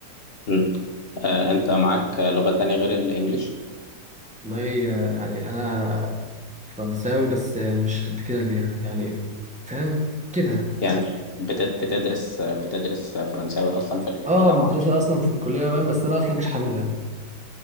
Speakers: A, on the left; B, in the centre.
A: مم. آه، انت معاك لغة تانية غير الانجليش
B: والله آه، يعني انا فرنساوي بس آه، مش قد كده فيها يعني فاهم كده
A: يعني أنت بت- بتدرس بتدرس فرنساوي اصلا في ال-
B: اه
A: في الجامعة
B: مدرسة اصلا في الكلية باين بس انا اصلا مش حاببها